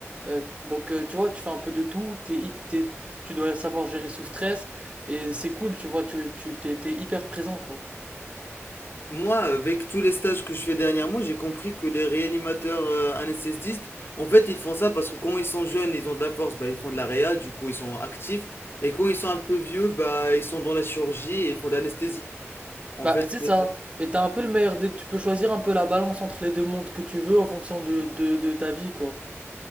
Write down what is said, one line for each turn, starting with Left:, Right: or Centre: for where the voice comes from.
Right: euh, donc euh, tu vois tu fais un peu de tout, t'es, hy- t'es- tu dois savoir gérer sous stress, et c'est cool, tu vois, tu, tu, t'es, t'es hyper présent quoi.
Left: Moi, avec tous les stages que je fais dernièrement, j'ai compris que les réanimateurs euh, anesthésistes, en fait, ils font ça parce que quand ils sont jeunes, ils ont de la force, bah, ils font de la réa, du coup, ils sont actifs. Et quand ils sont un peu vieux, bah, ils sont dans la chirurgie et ils font de l'anesthésie. En
Right: Bah,
Left: fait,
Right: c'est ça.
Left: c'est-
Right: Et t'as un peu le meilleur des... Tu peux choisir un peu la balance entre les deux mondes que tu veux en fonction de, de, de ta vie, quoi.